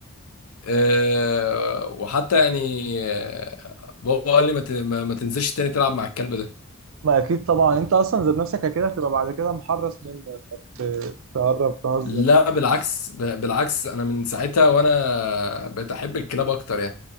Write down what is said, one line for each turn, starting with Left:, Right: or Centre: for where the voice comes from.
Left: آه، وحتى يعني آه، بابا قال لي ما ت- ما- ما تنزلش تاني تلعب مع الكلب
Right: ما أكيد طبعا أنت أصلا ذات نفسك كده هتبقى بعد كده محرص منه إنك ت- تقرب تهزر
Left: لا بالعكس ب- بالعكس انا من ساعتها وانا بقيت احب الكلاب اكتر يعني